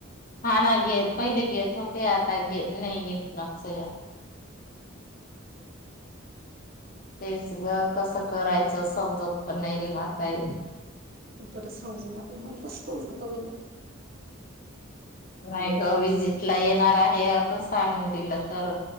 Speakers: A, on the left (about 45°); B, on the right (about 50°).
A: हा ना घेत पहिले घेत होते आता नाही घेत नाय साह्य. तेच ग कसं करायचं समजत पण नाही रे काही
B: तू त समजून जाते मला तर समजत पण नाही.
A: नाही ग विजिटला येणार आहे असं सांगून दिलं तर?